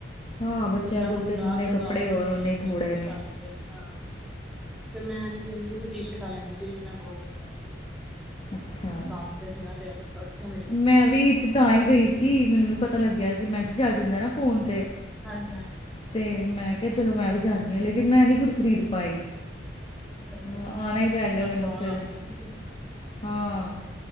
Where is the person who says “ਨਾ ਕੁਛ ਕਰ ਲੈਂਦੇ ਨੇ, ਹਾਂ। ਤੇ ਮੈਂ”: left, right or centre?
Centre